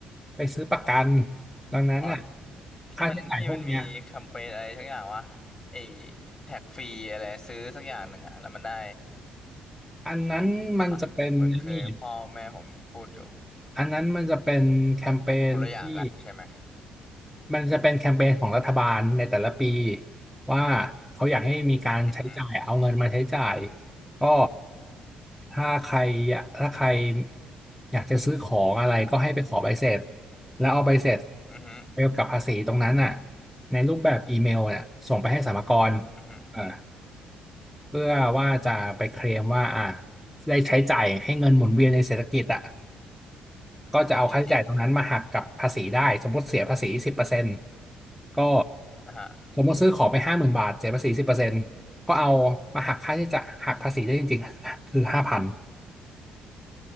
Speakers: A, in the centre; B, on the left (about 35°).
A: ไปซื้อประกันดังนั้นอะ
B: อ๋อที่มันที่มันมีแคมเปญอะไรสักอย่างวะ
A: ค่าใช้จ่ายพวกเนี้ย
B: ไอ้แท็กฟรีอะไรซื้อสักอย่างหนึ่งอะแล้วมันได้
A: อันนั้นมันจะเป็นไอ้นี่
B: ปะเหมือนเคยพ่อแม่ผมพูดอยู่
A: อันนั้นมันจะเป็นแคมเปญที่
B: คนละอย่างกันใช่ไหม
A: มันจะเป็นแคมเปญของรัฐบาลในแต่ละปีว่าเขาอยากให้มีการใช้จ่ายเอาเงินมาใช้จ่าย
B: อือฮึ
A: ก็ถ้าใครอยากถ้าใครอยากจะซื้อของอะไรก็ให้ไปขอใบเสร็จแล้วเอาใบเสร็จ
B: อือฮึ
A: ไปกับภาษีตรงนั้นน่ะในรูปแบบอีเมลเนี่ยส่งไปให้สรรพากร
B: อือฮึ
A: อ่าเพื่อว่าจะไปเคลมว่าอ่าได้ใช้จ่ายให้เงินหมุนเวียนในเศรษฐกิจอ่ะ ก็จะเอาค่าใช้จ่ายตรงนั้นมาหักกับภาษีได้สมมติเสียภาษีสิบเปอร์เซ็นต์
B: จริง
A: ก็
B: ๆนะฮะ
A: สมมติซื้อของไปห้าหมื่นบาทเสียภาษีสิบเปอร์เซ็นต์ก็เอามาหักค่าใช้จ่ายหักภาษีได้จริงๆคือห้าพัน